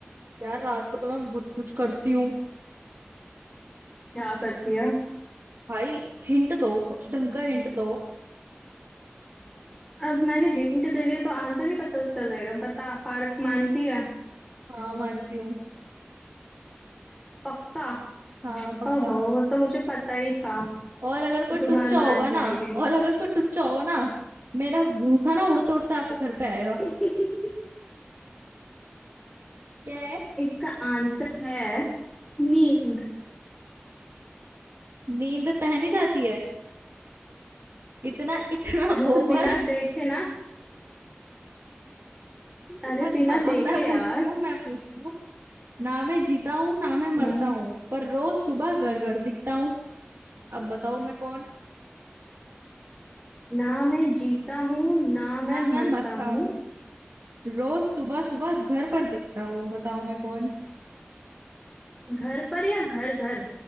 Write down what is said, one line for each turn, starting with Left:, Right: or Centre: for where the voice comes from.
Right: यार रात को तो मैं बहुत कुछ करती हूँ
Centre: क्या करती है
Right: भाई हिंट दो कुछ ढंग का हिंट दो
Centre: अब मैंने हिंट दे दिया तो आंसर नहीं पता चल जाएगा बता हार मानती है
Right: हाँ मानती हूँ
Centre: पक्का
Right: हाँ पक्का
Centre: ओहो वो तो मुझे पता ही था
Right: और अगर कोई
Centre: तू
Right: टुच्चा
Centre: हार मान
Right: होगा
Centre: जाएगी
Right: ना और अगर कोई टुच्चा होगा ना मेरा भूसा ना उड़ते उड़ते आपके घर पे आएगा
Centre: <laughs>
Right: क्या है
Centre: इसका आंसर है नींद
Right: नींद पहनी जाती है इतना इतना
Centre: अरे
Right: <laughs> गोबर
Centre: तो बिना देखे ना अरे
Right: अच्छा
Centre: बिना देखे
Right: अब मैं पूछती
Centre: यार
Right: हूँ मैं पूछती हूँ ना मैं जीता हूँ ना मैं मरता
Centre: हम्म,
Right: हूँ पर रोज सुबह घर घर दिखता हूँ अब बताओ मैं कौन
Centre: ना मैं जीता हूँ ना मैं
Right: ना मैं
Centre: मरता
Right: मरता
Centre: हूँ
Right: हूँ रोज सुबह सुबह घर पर दिखता हूँ बताओ मैं कौन
Centre: घर पर या घर घर